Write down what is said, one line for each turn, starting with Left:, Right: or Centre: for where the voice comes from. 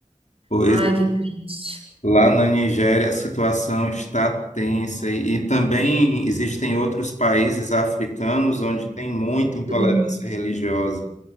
Left: Pois
Right: Ai, que triste.
Left: lá na Nigéria a situação está tensa e, e também existem outros países africanos onde tem muita intolerância
Right: Uhum.
Left: religiosa.